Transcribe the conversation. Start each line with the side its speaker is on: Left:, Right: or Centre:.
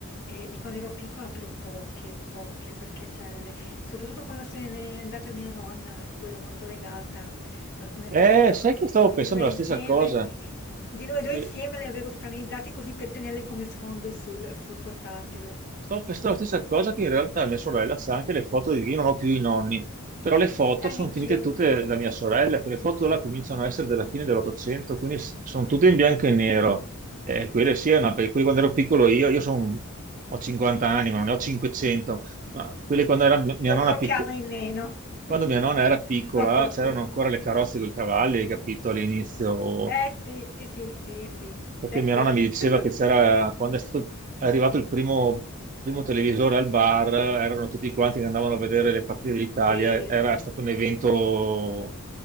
Left: eh, di quando ero piccola, però poche, poche, perché c'è le- soprattutto quando se n'è andata mia nonna, a cui ero molto legata, alcune
Right: Eh,
Left: foto
Right: sai
Left: noi-
Right: che
Left: di
Right: stavo
Left: noi
Right: pensando
Left: due
Right: la
Left: insieme,
Right: stessa cosa?
Left: di noi due
Right: Che-
Left: insieme le avevo scanalizzate così per tenerle come sfondo sul, sul portatile.
Right: Stavo pensando la stessa cosa che in realtà mia sorella sa anche le foto di... Io non ho più i nonni, però le foto
Left: Ah,
Right: sono
Left: neanch'io,
Right: finite tutte da mia sorella, perché le foto là cominciano a essere della fine dell'Ottocento, quindi s- sono tutte in bianco e nero. Eh, quelle sì, è una- perché quelle quando ero piccolo io, io son- ho 50 anni, ma non ne ho 500, ma quelle quando era mia
Left: io
Right: nonna
Left: qualche
Right: piccola
Left: anno in meno,
Right: Quando
Left: <laughs>
Right: mia nonna era piccola
Left: ma poco.
Right: c'erano ancora le carrozze con i cavalli, hai capito, all'inizio.
Left: Eh sì, sì, sì, sì, sì,
Right: Perché
Left: secolo.
Right: mia nonna mi diceva
Left: <laughs>
Right: che c'era, quando è stato è arrivato il primo, primo televisore al bar, erano tutti quanti che andavano a vedere le partite dell'Italia,
Left: Sì,
Right: era
Left: sì,
Right: stato un evento,